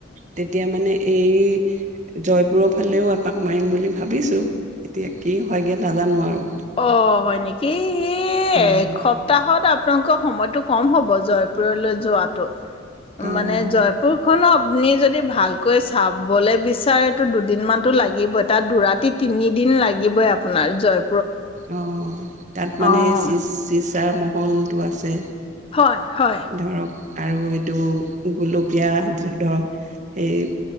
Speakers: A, on the right; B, on the left.
A: তেতিয়া মানে এই জয়পুৰৰ ফালেও এপাক মাৰিম বুলি ভাবিছো, এতিয়া কি হৈগে নাজানো আৰু
B: অ হয় নেকি ই
A: অ',
B: এসপ্তাহত আপ আতংক সময়টো কম হ'ব জয়পুৰলৈ যোৱাটো
A: অ',
B: মানে জয়পুৰ খন অ আপুনি যদি ভালকৈ চাবলে বিচাৰেতো, দুদিনমানতো লাগিবই তাত দুৰাতি তিনিদিন লাগিবই আপোনাৰ জয়
A: অহ তাত মানে
B: অঁ
A: চিজ চিজ তাৰ মহলটো আছে
B: হয়, হয়
A: ধৰক আৰু এইটো, গোলপীয়া ধৰক সেই,